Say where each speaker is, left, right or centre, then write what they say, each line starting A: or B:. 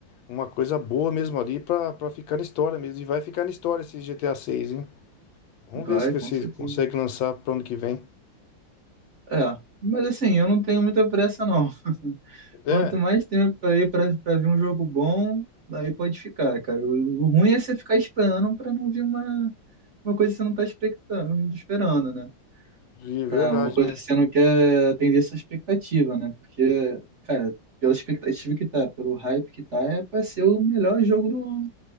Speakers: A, on the left; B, on the right.
A: uma coisa boa mesmo ali pra, pra ficar na história mesmo. E vai ficar na história esse GTA 6, hein? Vamos
B: vai,
A: ver se que
B: com
A: vocês
B: certeza.
A: conseguem lançar pro ano que vem.
B: É, mas assim, eu não tenho muita pressa, não. <laughs>
A: É,
B: Quanto mais tempo aí pra, pra ver um jogo bom, aí pode ficar, cara. O, o ruim é você ficar esperando pra não vir uma, uma coisa que você não tá expectando, esperando, né?
A: de
B: Pra
A: verdade
B: uma coisa
A: mesmo.
B: que você não quer atender essa expectativa, né? Porque, cara, pela expectativa que tá, pelo hype que tá, é pra ser o melhor jogo do-